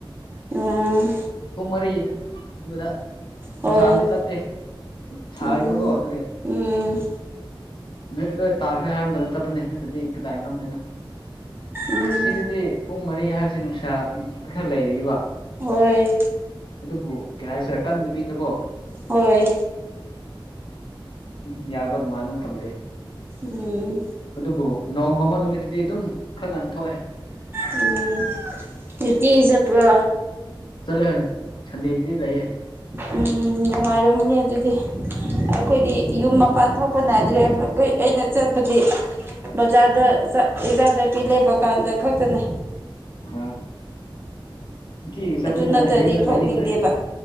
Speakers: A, on the right; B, on the left.
A: ꯎꯝ
B: ꯄꯨꯡ ꯃꯔꯤ ꯑꯗꯨꯗ ꯅꯨꯡꯁꯥꯗꯤ
A: ꯍꯣꯏ
B: ꯆꯠꯇꯦ ꯁꯥꯏꯕꯀꯣ
A: ꯎꯝ
B: ꯑꯗꯨꯒꯤ
A: ꯎꯝ
B: ꯅꯨꯃꯤꯠ ꯂꯣꯏ ꯇꯥꯈ꯭ꯔꯦ ꯍꯥꯏ ꯃꯇꯝꯗ ꯆꯠꯄꯅꯤ ꯅꯠꯇꯗꯤ ꯀꯗꯥꯏ ꯉꯝꯗꯣꯏꯅꯣ
A: ꯎꯝ
B: ꯑꯁꯤꯗꯗꯤ ꯄꯨꯡ ꯃꯔꯤ ꯍꯥꯏꯔꯤꯁꯤ ꯅꯨꯡꯁꯥ ꯈꯔ ꯂꯩꯔꯤꯕ
A: ꯍꫭꯏ
B: ꯑꯗꯨꯕꯨ ꯀꯩ ꯍꯥꯏꯁꯤꯔ ꯀꯟꯗꯕꯤꯗ ꯀꫭ
A: ꯍꯣꯏ
B: ꯎꯝ ꯌꯥꯕ ꯅꯨꯡꯉꯥꯏꯕ ꯃꯇꯝ ꯂꯩ
A: ꯎꯝ
B: ꯑꯗꯨꯕꯨ ꯅꯣꯡ ꯃꯪꯕ ꯅꯨꯃꯤꯠꯇꯗꯤ ꯑꯗꯨꯝ ꯈꯔ ꯉꯟꯅ ꯊꯣꯛꯑꯦ
A: ꯎꯝ ꯅꯨꯡꯇꯤꯒꯤ ꯆꯠꯄ꯭ꯔꯣ
B: ꯆꯂꯦ ꯁꯟꯗꯦꯗꯗꯤ ꯂꯩꯏꯌꯦ
A: ꯎꯝ ꯅꯨꯡꯉꯥꯏꯔꯝꯅꯦ ꯑꯗꯨꯗꯤ ꯑꯩꯈꯣꯏꯗꯤ ꯌꯨꯝ ꯃꯄꯥꯟ ꯊꯣꯛꯄ ꯅꯥꯏꯗ꯭ꯔꯦ ꯑꯩꯈꯣꯏ ꯑꯩꯅ ꯆꯠꯄꯗꯤ ꯕꯖꯥꯔꯗ
B: ꯎꯝ
A: ꯑꯦꯟꯖꯥꯡ ꯅꯥꯄꯤ ꯂꯩꯕ ꯀꯥꯟꯗ ꯈꯛꯇꯅꯦ
B: ꯎꯝ ꯅꯨꯡꯇꯤꯒꯤ ꯆꯠꯄꯅꯤꯅ
A: ꯑꯗꯨ ꯅꯠꯇ꯭ꯔꯗꯤ
B: ꯑꯁ ꯌꯨꯝꯗ
A: ꯊꯣꯛꯅꯤꯡꯗꯦꯕ
B: ꯂꯩꯅꯤꯡꯗ꯭ꯔꯦ